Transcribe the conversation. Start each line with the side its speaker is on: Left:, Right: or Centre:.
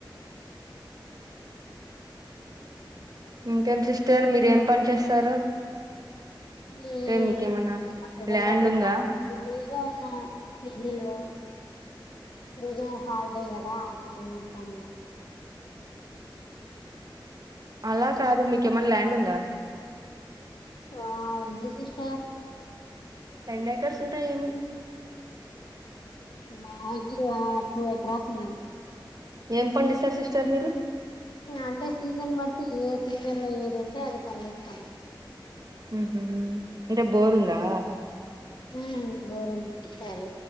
Right: ఇంకేం సిస్టర్, మీరు ఏం పని చేస్తారు?
Left: ఉహ్మ్
Right: అంటే మీకేమన్నా
Left: ప్రజంట్
Right: ల్యాండ్
Left: అయితే
Right: ఉందా
Left: కాలిగా ఆ పీజీలో ఈరోజు హాలిడే కదా. అక్రమ్ క్రమ్
Right: అలా కాదు. మీకేమన్న ల్యాండ్ ఉందా?
Left: ఆ ఉంది సిస్టర్.
Right: ఎన్ని ఎకర్స్ ఉన్నాయి ఏమి
Left: మాకి వాకు టూ ఎక్రాస్ ఉన్నాయి
Right: ఏం పండిస్తారు సిస్టర్ మీరు
Left: అంటే సీజన్ బట్టి ఏ సీజన్ లో ఏది ఉంటే అది పండిస్తాం
Right: ఉహు అంటే బోరుందా
Left: ఉహ్మ్ బోరుంది సిస్టర్